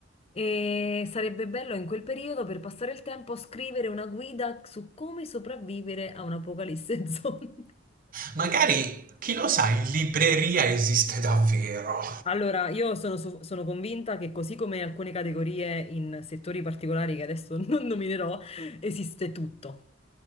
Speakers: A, on the left; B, on the right.
A: e sarebbe bello in quel periodo, per passare il tempo, scrivere una guida su come sopravvivere a un'apocalisse <laughs> zombie.
B: Magari, chi lo sa, in libreria esiste davvero.
A: Allora, io sono, su- sono convinta che così come alcune categorie in settori particolari che adesso <laughs> non nominerò, esiste tutto.